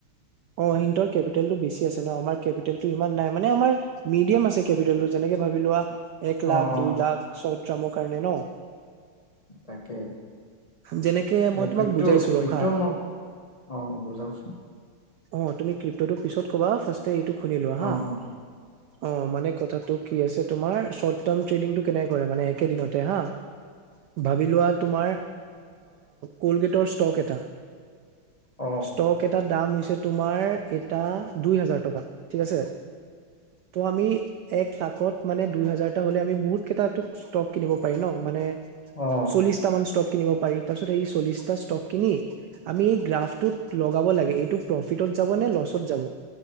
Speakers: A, on the right; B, on the left.
A: অ সিতৰ কেপিটেলটো বেছি আছে ন আমাৰ কেপিটেলটো ইমান নাই মানে আমাৰ মিডিয়াম আছে কেপিটেলটো যেনেকে ভাবি লোৱা এক
B: অ', অ',
A: লাখ দুই লাখ চ যমকৰণে ন
B: তাকে
A: যেনেকে
B: ন
A: মই তোমাক
B: কৃত
A: বুজাইছো
B: কৃত
A: ৰখা
B: মোক অ বুজাওকচোন
A: অ তুমি ক্ৰিপ্টটো পিত কবা ফাষ্টে এইটো শুনিলো হা
B: অ', অ',
A: অ মানে কথাটোটো কি আছে তোমাৰ শৰ্ট টাৰ্ম ট্ৰেডিংটো কেনেক কৰে মানে একে দিনতে হা ভাবি লোৱা তোমাৰ কলগেটৰ ষ্টক এটা
B: অ', অ',
A: ষ্টক এটা দাম হৈছে তোমাৰ এটা দুই হাজাৰ টকা ঠিক আছে। ত' আমি এক লাখত মানে দুই হাজাৰটা হ'লে আমি বহুত কেইটাটো ষ্টক কিনিব পাৰি ন মানে
B: অ',
A: চল্লিছটামান ষ্টক কিনিব পাৰি তাৰপিছত সেই চল্লিশটা ষ্টক কিনি আমি এই গ্ৰাফটোত লগাব লাগে, এইটো প্ৰফিটত যাব নে ল'ছত যাব।